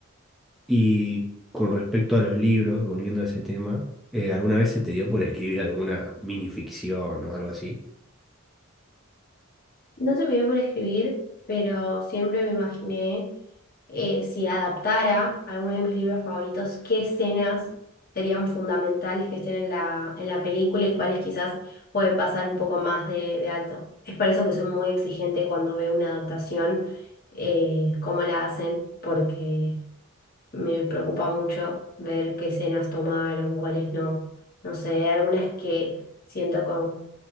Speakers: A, in the centre; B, on the left (about 45°).
A: Y con respecto a los libros, volviendo a ese tema, eh, ¿alguna vez se te dio por escribir alguna minificción o algo así?
B: No se me dio por escribir, pero siempre me imaginé eh, si adaptara alguno de mis libros favoritos, qué escenas serían fundamentales que estén en la, en la película y cuáles quizás puede pasar un poco más de, de alto. Es por eso que soy muy exigente cuando veo una adaptación, eh, cómo la hacen, porque me preocupa mucho ver qué escenas tomaron, cuáles no. No sé, hay algunas que siento con